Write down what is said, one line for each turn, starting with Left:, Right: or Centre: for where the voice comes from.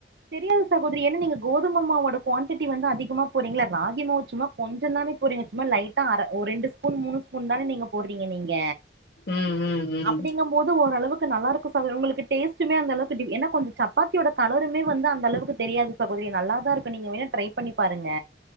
Right: தெரியாது சகோதரி என்னா நீங்க கோதுமமாவோட குவண்டிட்டி வந்து அதிகமா போட்றிங்களா ராகிமாவு சும்மா கொஞ்ச தானே போட்றீங்க சும்மா லைட்டா அர ஒ ரெண்டு ஸ்பூன் மூணு ஸ்பூன் தான நீங்க போட்றீங்க நீங்க
Left: ம் ம் ம்
Right: அப்படிங்கும் போது ஓரளவுக்கு நல்லாருக்கு சகோதரி உங்களுக்கு டேஸ்டுமே அந்தளவுக்கு டிஃப் ஏனா கொஞ்ச சப்பாத்தியோட கலருமே வந்து அந்தளவுக்கு தெரியாது சகோதரி நல்லாதா இருக்கு நீங்க வேணா ட்ரை பண்ணி பாருங்க